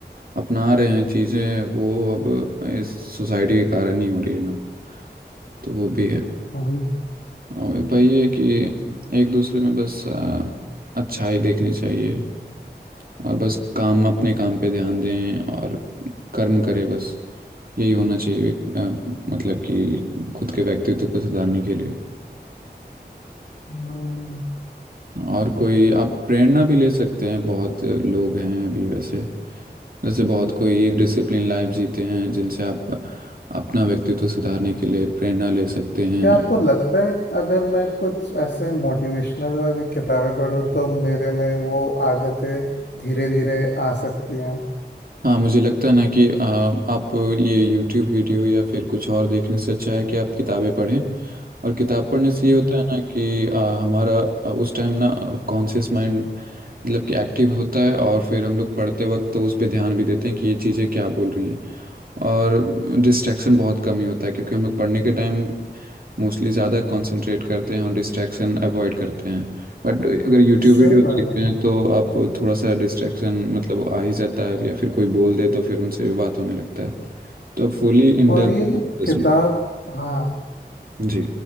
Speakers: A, on the right; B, on the left.
A: अपना रहे हैं चीज़ें वो अब इस सोसाइटी के कारण ही हो रही है ना तो वो भी है
B: हम्म,
A: और वही है कि एक दूसरे में बस आ, अच्छाई देखनी चाहिए और बस काम अपने काम पे ध्यान दें और कर्म करें बस यही होना चाहिए आ, मतलब कि खुद के व्यक्तित्व को सुधारने के लिए
B: हम्म।
A: और कोई आप प्रेरणा भी ले सकते हैं बहुत लोग हैं अभी वैसे जैसे बहुत कोई डिसिप्लिन लाइफ जीते हैं जिनसे आप अपना व्यक्तित्व सुधारने के लिए प्रेरणा ले सकते हैं
B: क्या आपको लगता है अगर मैं कुछ ऐसे मोटिवेशनल वाली किताबें पढूं तो मेरे में वो आदतें धीरे धीरे आ सकती हैं
A: हाँ मुझे लगता है ना कि आ, आप ये यूट्यूब वीडियो या फिर कुछ और देखने से अच्छा है कि आप किताबें पढ़ें और किताब पढ़ने से ये
B: हम्म,
A: होता है ना कि आ, हमारा आ, उस टाइम ना कॉन्शियस माइंड मतलब कि एक्टिव होता है और फिर हम लोग पढ़ते वक्त तो उस पर ध्यान भी देते हैं कि ये चीज़ें क्या बोल रही हैं और डिस्ट्रैक्शन बहुत कम ही होता है क्योंकि हम लोग पढ़ने के टाइम मोस्टली ज़्यादा कंसंट्रेट करते हैं और डिस्ट्रैक्शन अवॉइड करते हैं बट अगर यूट्यूब
B: सही
A: वीडियो देखते
B: बात है
A: हैं तो आप थोड़ा सा डिस्ट्रैक्शन मतलब आ ही जाता है या फिर कोई बोल दे तो फिर उनसे भी बात होने लगता है तो फुली इंडल्ज
B: और ये ना
A: उसमें
B: किताब हाँ
A: जी